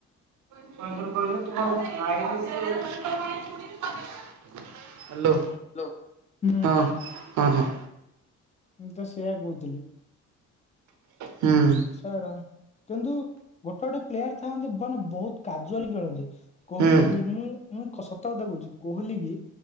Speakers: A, on the right; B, on the left.
A: କହିଲ <unintelligible> ହ୍ୟାଲୋ।
B: ହଲୋ ହୁଁ।
A: ହଁ ହଁ।
B: ମୁଁ ତ ସେଇୟଆ କହୁଥିଲି।
A: ହୁଁ ହୁଁ
B: ସେଟା କିନ୍ତୁ ଗୋଟେ ଗୋଟେ ପ୍ଲେୟାର ଥାଆନ୍ତି ମାନେ ବୋହୁତ କାଜୁଆଲି ଖେଳନ୍ତି। କୋହଲି
A: ହୁଁ ହୁଁ।
B: କି ମୁଁ ମୁଁ ସତ କତା କହୁଚି କୋହଲି କି